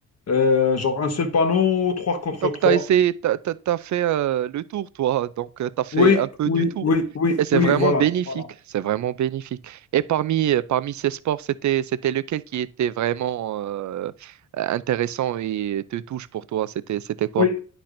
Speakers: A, on the left (about 45°); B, on the right (about 55°).
A: Euh, genre un seul panneau, trois contre
B: Donc,
A: trois
B: tu as essayé, t'as, t'as- t'as fait euh, le tour, toi. Donc, tu as fait
A: Oui,
B: un peu
A: oui,
B: du tout.
A: oui, oui,
B: Et c'est
A: oui,
B: vraiment
A: voilà,
B: bénéfique.
A: voilà.
B: C'est vraiment bénéfique. Et parmi, euh, parmi ces sports, c'était, c'était lequel qui était vraiment euh, intéressant et te touche pour toi? C'était, c'était quoi?
A: Oui.